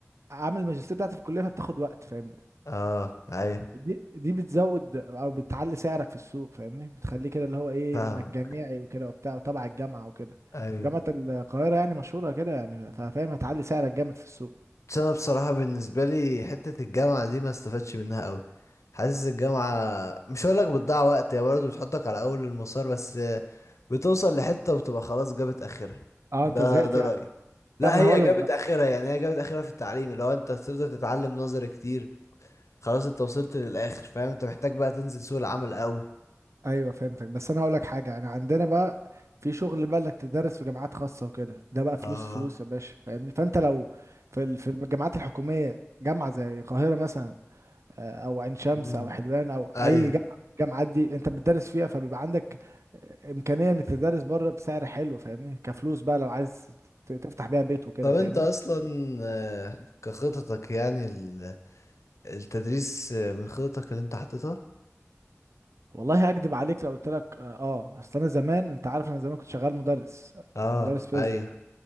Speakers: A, on the right; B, on the left.
A: عامل الماجستير بتاعتي في الكلية فبتاخد وقت فاهمني
B: اه ايوه
A: دي دي بتزود او بتعلي سعرك في السوق فاهمني بتخليه كده اللي هو ايه
B: فاهم
A: انك جامعي وكده وبتاع وتبع الجامعه وكده
B: ايوه
A: وجامعه القاهره يعني مشهوره كده يعني فاهم هتعلي سعرك جامد في السوق
B: بس انا بصراحة بالنسبة لي حتة الجامعة دي ما استفدتش منها قوي حاسس الجامعة مش هقول لك بتضيع وقت هي برضه بتحطك على اول المسار بس بتوصل لحتة وبتبقى خلاص جابت اخرها
A: اه
B: ده
A: انت زهقت
B: ده
A: يعني
B: رأيي لا
A: لا ما انا
B: هي
A: هقول
B: جابت
A: لك بقى
B: اخرها يعني هي جابت اخرها في التعليم لو انت تفضل تتعلم نظري كتير خلاص انت وصلت للاخر فاهم انت محتاج بقى تنزل سوق العمل قوي
A: ايوه فهمتك بس انا هقول لك حاجه يعني عندنا بقى في شغل بقى انك تدرس في جامعات خاصه وكده ده بقى فلوس
B: اه
A: فلوس يا باشا فاهمني فانت لو في ال- في الجامعات الحكوميه جامعه زي القاهره مثلا آه، او عين شمس
B: امم
A: او حلوان او اي
B: ايوه
A: جامعه من الجامعات دي انت بتدرس فيها فبيبقى عندك امكانيه انك تدرس بره بسعر حلو فاهمني كفلوس بقى لو عايز ت- تفتح بيها بيت وكده
B: طب
A: فاهمني
B: انت اصلا آه، كخططك يعني ال- التدريس آه، من خططك اللي انت حاططها
A: والله هكدب عليك لو قلت لك اه آه، اصل انا زمان انت عارف انا زمان كنت شغال مدرس
B: اه
A: مدرس فيزياء
B: ايوه